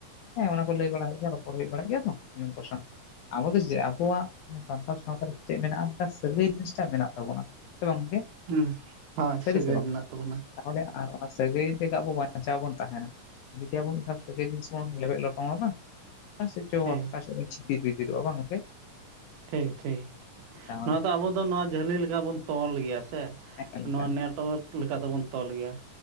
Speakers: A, on the left (about 80°); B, on the right (about 75°).
A: ᱦᱮᱸ ᱚᱱᱟᱠᱚ ᱞᱟᱹᱭ ᱵᱟᱲᱟ ᱦᱩᱭᱩᱜ ᱜᱮᱭᱟ ᱨᱚ ᱯᱚᱲ ᱦᱩᱭ ᱵᱟᱲᱟᱜ ᱜᱮᱭᱟ ᱛᱚ ᱩᱱᱠᱩ ᱥᱟᱶ ᱟᱵᱚ ᱫᱚ ᱡᱮ ᱟᱵᱚᱣᱟᱜ ᱥᱟᱱᱛᱟᱲ ᱥᱟᱶᱛᱟ ᱪᱮᱫ ᱢᱮᱱᱟᱜᱼᱟ ᱢᱤᱫᱴᱟᱝ ᱥᱟᱹᱜᱟᱹᱭ ᱡᱤᱱᱤᱥ ᱴᱟᱜ ᱢᱮᱱᱟᱜ ᱛᱟᱵᱚᱱᱟ ᱥᱮ ᱵᱟᱝ ᱜᱚᱝᱠᱮ?
B: ᱦᱮᱸ ᱦᱳᱭ
A: ᱥᱟᱹᱨᱤ
B: ᱥᱟᱹᱜᱟᱹᱭ
A: ᱥᱮ ᱵᱟᱝ
B: ᱢᱮᱱᱟᱜ ᱛᱟᱵᱚᱱᱟ᱾
A: ᱛᱟᱦᱚᱞᱮ ᱟᱨ ᱚᱱᱟ ᱥᱟᱹᱜᱟᱹᱭ ᱛᱮᱜᱮ ᱟᱵᱚ ᱵᱟᱧᱪᱟᱣ ᱵᱚᱱ ᱛᱟᱦᱮᱱᱟ᱾ ᱡᱩᱫᱤ ᱟᱵᱚ ᱢᱤᱫ ᱥᱟᱹᱜᱟᱭ ᱡᱤᱱᱤᱥ ᱵᱚᱱ ᱞᱮᱵᱮᱫ ᱞᱚᱴᱚᱢᱟ ᱵᱟᱝ <unintelligible>
B: ᱴᱷᱤᱠ
A: ᱪᱤᱛᱤᱨ ᱵᱷᱤᱛᱤᱨᱚᱜ ᱟ ᱵᱟᱝ ᱜᱚᱝᱠᱮ
B: ᱴᱷᱤᱠ ᱴᱷᱤᱠ
A: ᱛᱟᱦᱚᱞᱮ
B: ᱱᱚᱣᱟ ᱫᱚ ᱟᱵᱚ ᱫᱚ ᱱᱚᱣᱟ ᱡᱷᱟᱹᱞᱤ ᱞᱮᱠᱟ ᱵᱚᱱ ᱛᱚᱞ ᱜᱮᱭᱟ ᱥᱮ
A: ᱮᱠᱟᱞ ᱮᱠᱟᱞ
B: ᱱᱚᱣᱟ ᱱᱮᱴᱚᱣᱟᱨᱠ ᱞᱮᱠᱟ ᱛᱮᱵᱚᱱ ᱛᱚᱞ ᱜᱮᱭᱟ